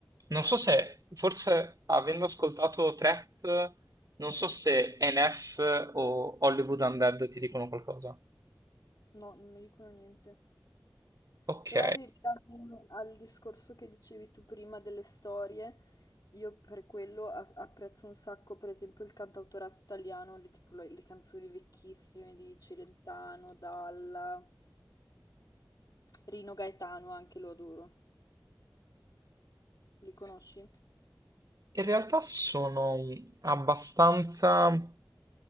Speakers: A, on the right; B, on the left.
A: Non so se, forse avendo ascoltato Trap, non so se NF o Hollywood Undead ti dicono qualcosa.
B: No, non mi dicono niente.
A: Ok.
B: Però in realtà al discorso che dicevi tu prima delle storie, io per quello a- apprezzo un sacco, per esempio, il cantautorato italiano, le, tipo le, le canzoni vecchissime di Celentano, Dalla, Rino Gaetano, anche lo adoro. Li conosci?
A: In realtà sono abbastanza,